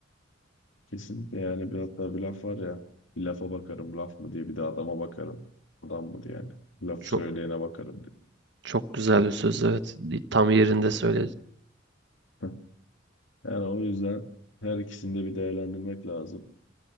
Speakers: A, on the left; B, on the right.
A: Kesinlikle yani bir hatta bir laf var ya bir lafa bakarım laf mı diye bir de adama bakarım adam mı diye yani laf
B: Çok
A: söyleyene bakarım diye.
B: çok güzel bir söz evet. Tam yerinde söyledin.
A: <laughs> Yani o yüzden her ikisini de bir değerlendirmek lazım.